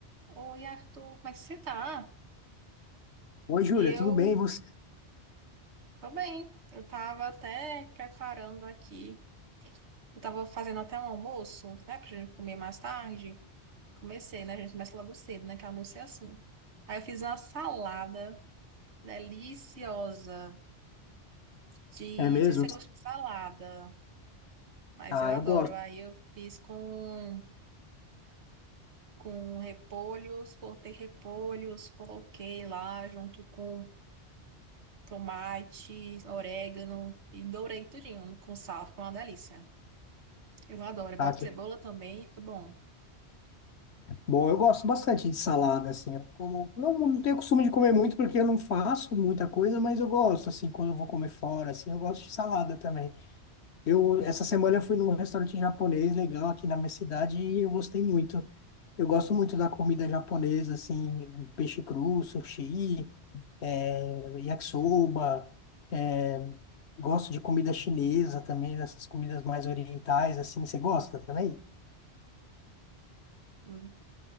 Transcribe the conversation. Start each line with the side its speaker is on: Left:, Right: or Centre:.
Right: Oi, Arthur, como é que você tá?
Left: Oi, Júlia,
Right: Eu
Left: tudo bem? E Você?
Right: tô bem. Eu tava até preparando aqui. Eu tava fazendo até um almoço, né, pra gente comer mais tarde. Comecei, né? A gente começa logo cedo, né? Que almoço é assim. Aí eu fiz uma salada deliciosa de...
Left: É mesmo?
Right: Não sei se você gosta de salada, mas
Left: Ah,
Right: eu adoro.
Left: eu gosto,
Right: Aí eu fiz com, com repolhos, cortei repolhos, coloquei lá junto com tomate, orégano e dourei tudinho com sal, fica uma delícia. Eu adoro, eu
Left: tá?
Right: boto
Left: Que-
Right: cebola também, fica bom.
Left: Bom, eu gosto bastante de salada, assim. Eu como, não, não tenho costume de comer muito porque eu não faço muita coisa, mas eu gosto, assim, quando eu vou comer fora, assim, eu gosto de salada também. Eu, essa semana eu fui num restaurante japonês legal aqui na minha cidade e eu gostei muito. Eu gosto muito da comida japonesa, assim, peixe cru, sushi, eh, yakisoba, eh, gosto de comida chinesa também, dessas comidas mais orientais, assim. Você gosta também?
Right: Hum.